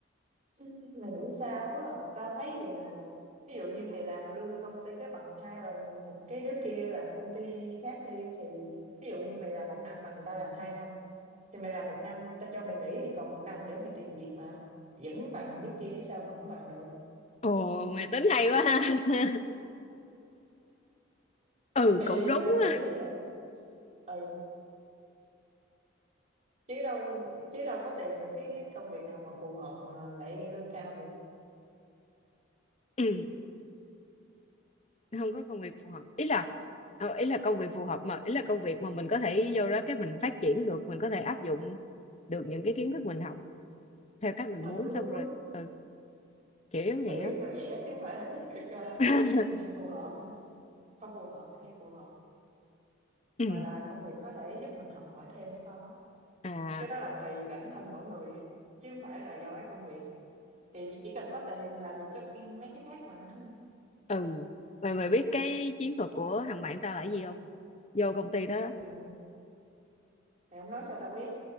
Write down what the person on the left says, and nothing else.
ồ mày tính hay quá ha <laughs> ừ
cũng đúng
á
ừ không có công việc phù hợp ý là ờ, ý là công việc phù hợp mà ý là công việc mà mình có thể vô đó cái mình phát triển được mình có thể áp dụng được những cái kiến thức mình học theo cách mình
muốn
xong
rồi
ừ kiểu giống vậy
á
<laughs>
ừ.
à
ừ mày mày biết cái chiến thuật của thằng bạn tao là cái gì không vô công ty đó, đó